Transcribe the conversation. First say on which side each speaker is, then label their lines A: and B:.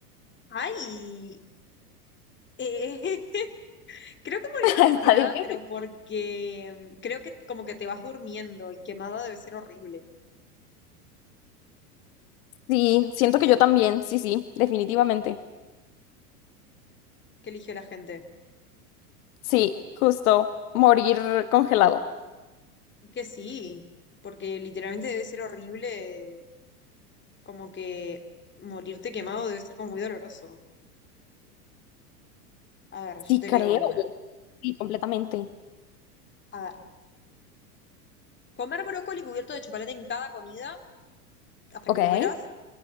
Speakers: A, on the left (about 25°); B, on the left (about 65°).
A: Ay, eh, <laughs> creo que morirme
B: <laughs>
A: congelada,
B: Está difícil.
A: pero porque mm, creo que como que te vas durmiendo y quemada debe ser horrible.
B: Sí, siento que yo también, sí, sí, definitivamente.
A: ¿Qué eligió la gente?
B: Sí, justo, morir congelado.
A: Es que sí, porque literalmente debe ser horrible, como que morirte quemado debe ser como muy doloroso. A ver,
B: Sí,
A: yo te
B: creo.
A: leo una.
B: Sí, completamente.
A: A ver, comer brócoli cubierto de chocolate en cada comida hasta
B: Ok.
A: que te mueras